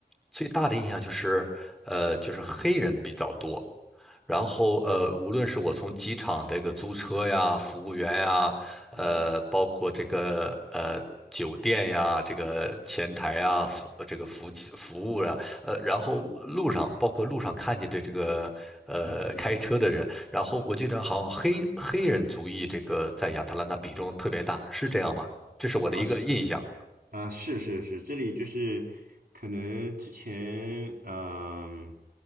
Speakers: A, in the centre; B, on the right (about 60°).
A: 最大的印象就是，呃，就是黑人比较多。然后呃，无论是我从机场这个租车呀、服务员呀，
B: 嗯
A: 呃，包括这个呃酒店呀、这个前台呀、服这个服务服务啊，呃，然后路上包括路上看见的这个呃开车的人，
B: 嗯嗯，
A: 然后我就觉得好像黑黑人族裔这个在亚特兰大比重特别大，是这样吗？这是我的一个印象。
B: 啊是啊是是是，这里就是可能之前嗯。